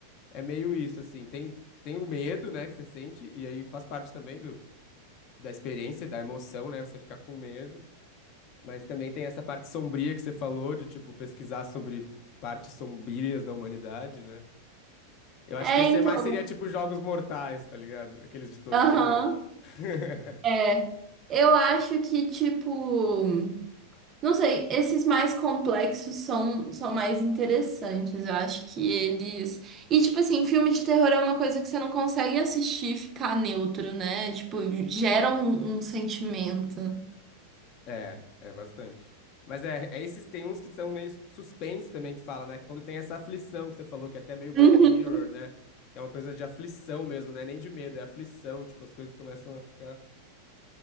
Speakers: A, on the left; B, on the right.
A: é meio isso, assim. Tem, tem o medo, né, que você sente, e aí faz parte também do, da experiência, da emoção, né? Você ficar com medo. Mas também tem essa parte sombria que você falou, de tipo pesquisar sobre partes sombrias da humanidade, né? Eu acho
B: É,
A: que esse
B: então,
A: é mais seria tipo Jogos Mortais, tá ligado? Aqueles de tortura.
B: aham.
A: <laughs>
B: É. Eu acho que, tipo. Não sei, esses mais complexos são, são mais interessantes. Eu acho que eles. E, tipo assim, filme de terror é uma coisa que você não consegue assistir e ficar neutro, né? Tipo, gera um, um sentimento.
A: É, é bastante. Mas é, é esses tem uns que são meio suspense também que fala, né? Que quando tem essa aflição que você falou, que é até meio Black
B: Uhum.
A: Mirror, né? Que é uma coisa de aflição mesmo, né? Nem de medo, é aflição, tipo, as coisas começam a ficar.